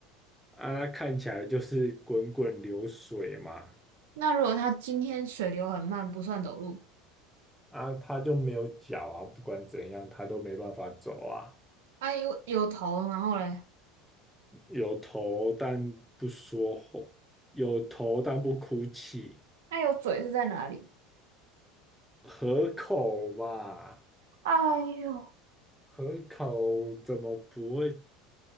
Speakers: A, in the centre; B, on the right.
A: 啊，它看起来就是滚滚流水嘛，
B: 那如果它今天水流很慢，不算走路。
A: 啊，它就没有脚啊，不管怎样它都没办法走啊，
B: 啊，有有头，然后嘞，
A: 有头但不说话，有头但不哭泣，
B: 那有嘴是在哪里？
A: 河口嘛。
B: 哎呦，
A: 河口怎么不会？